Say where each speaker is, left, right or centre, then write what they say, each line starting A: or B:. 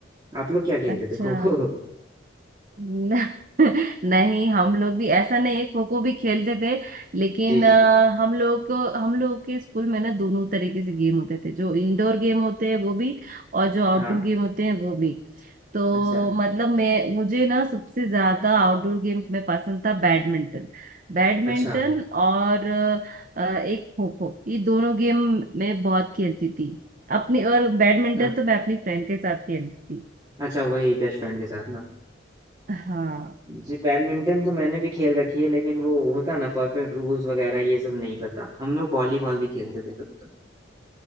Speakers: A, on the right (about 20°); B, on the right (about 45°).
A: आप लोग क्या खेलते
B: अच्छा
A: थे खो खो
B: न- <laughs> नहीं हम लोग भी ऐसा नहीं है खो खो भी खेलते थे लेकिन
A: जी
B: अ,
A: जी
B: हम लोग हम लोग के स्कूल में ना दोनों तरीके से गेम होते थे जो इंडोर गेम होते हैं वो भी और जो आउटडोर
A: हाँ
B: गेम होते हैं वो भी तो
A: अच्छा
B: मतलब मैं मुझे ना सबसे ज्यादा आउटडोर गेम में पसंद था बैडमिंटन बैडमिंटन
A: अच्छा
B: और अ, एक खो खो ये दोनों गेम मैं बहुत खेलती थी अपनी और बैडमिंटन
A: हाँ
B: तो मैं अपनी फ्रेंड के साथ खेलती थी
A: अच्छा वही बेस्ट फ्रेंड के साथ ना
B: हाँ
A: जी बैडमिंटन तो मैंने भी खेल रखी है लेकिन वो होता ना परफेक्ट रूल्स वगैरह ये सब नहीं पता हम लोग वॉलीबॉल भी खेलते थे कभी-कभी।